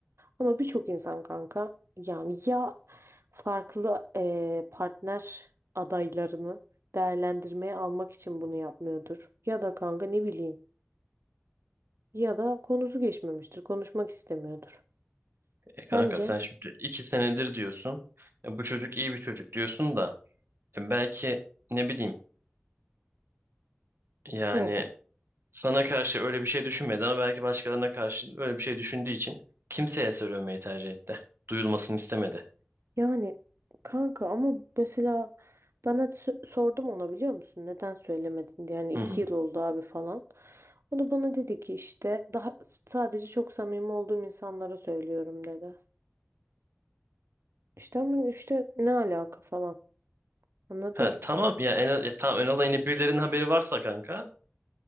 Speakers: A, on the right; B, on the right.
A: Ama birçok insan kanka yani ya farklı eee, partner adaylarını değerlendirmeye almak için bunu yapmıyordur. Ya da kanka ne bileyim. Ya da konusu geçmemiştir. Konuşmak istemiyordur.
B: E
A: Sence?
B: kanka sen şimdi iki senedir diyorsun. E bu çocuk iyi bir çocuk diyorsun da e belki ne bileyim yani
A: Hı.
B: sana karşı öyle bir şey düşünmedi ama belki başkalarına karşı öyle bir şey düşündüğü için kimseye söylemeyi tercih etti. Duyulmasını istemedi.
A: Yani kanka ama mesela bana sö- sordum ona biliyor musun? Neden söylemedin diye. Yani
B: Hı
A: iki
B: hı.
A: yıl oldu abi falan. O da bana dedi ki işte daha sadece çok samimi olduğum insanlara söylüyorum dedi. İşte ama işte ne alaka falan. Anladın?
B: Ha tamam ya en az, ya tamam en azından yine birilerinin haberi varsa kanka.